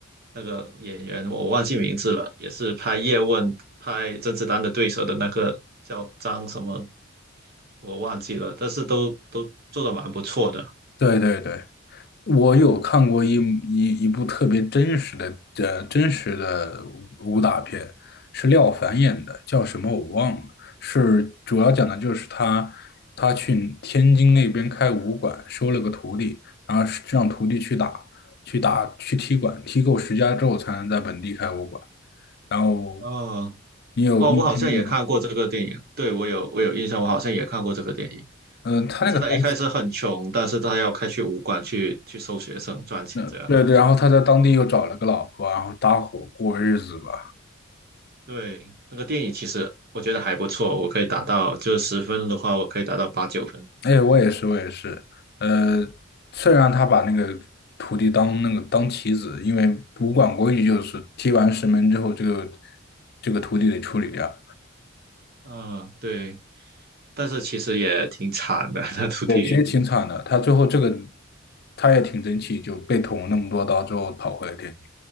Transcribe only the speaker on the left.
对对对。我有看过一一一部特别真实的呃真实的武打片，是廖凡演的，叫什么我忘了。是主要讲的就是他他去天津那边开武馆，收了个徒弟，然后是让徒弟去打去打去踢馆，踢够十家之后才能在本地开武馆。然后
你有你有听过吗？
嗯、他那个台词，
嗯，对对，然后他在当地又找了个老婆，然后搭伙过日子吧。
哎，我也是，我也是。呃，虽然他把那个徒弟当那个当棋子，因为武馆规矩就是踢完石门之后，这个这个徒弟得处理掉。
对其实挺惨的，他最后这个他也挺争气，就被捅了那么多刀之后跑回了天津，